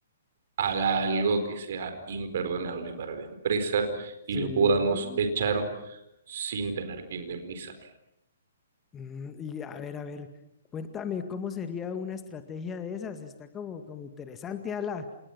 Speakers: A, on the right; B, on the left.
A: haga algo que sea imperdonable para la empresa y
B: sí.
A: lo podamos echar sin tener que indemnizar.
B: Mm, y a ver, a ver, cuéntame cómo sería una estrategia de esas. Está como, como interesante, Ala.